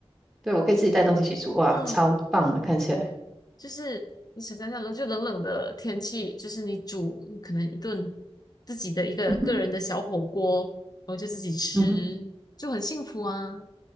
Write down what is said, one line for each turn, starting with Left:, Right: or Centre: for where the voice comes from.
Right: 对，我可以自己带东西去煮，哇，
Left: 嗯，
Right: 超棒的，看起来。
Left: 就是你想象一下冷，就冷冷的天气，就是你煮你可能一顿自己的一个个人的小火锅，
Right: 嗯哼，
Left: 然后就自己吃，
Right: 嗯哼。
Left: 就很幸福啊，